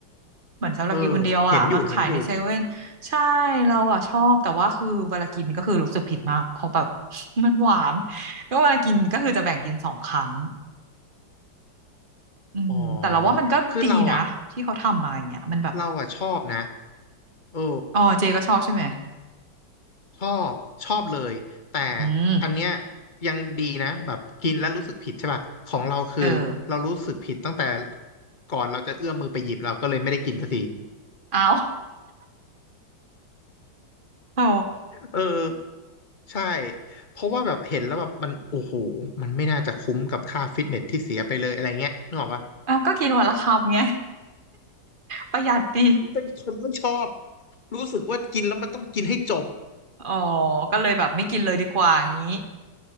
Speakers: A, on the right; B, on the left.
A: เหมือนสำหรับกินคนเดียวอะมาขายในเซเว่นใช่เราอะชอบแต่ว่าคือเวลากินก็คือรู้สึกผิดมากเพราะแบบ
B: เออเห็นอยู่เห็นอยู่
A: <laughs> มันหวานก็เวลากินก็คือจะแบ่งกินสองครั้งอืมแต่เราว่ามันก็ดีนะที่เขาทำมาอย่างเงี้ยมันแบบ
B: อ๋อคือเราอ่ะเราอ่ะชอบนะเออ
A: อ๋อเจก็ชอบใช่ไหม
B: ชอบชอบเลยแต่
A: อืม
B: อันเนี้ยยังดีนะแบบกินแล้วรู้สึกผิดใช่ป่ะของเราคือเรารู้สึกผิดตั้งแต่
A: เออ
B: ก่อนเราจะเอื้อมมือไปหยิบเราก็เลยไม่ได้กินสักที
A: เอา <laughs> โอ้
B: เออใช่เพราะว่าแบบเห็นแล้วแบบมันโอ้โหมันไม่น่าจะคุ้มกับค่าฟิตเนสที่เสียไปเลยอะไรเงี้ยนึกออกปะ
A: อ่ะก็กินวันละคำไงประหยัดดี
B: เป็นคนไม่ชอบรู้สึกว่ากินแล้วมันต้องกินให้จบ
A: อ๋อ ก็เลยแบบไม่กินเลยดีกว่างี้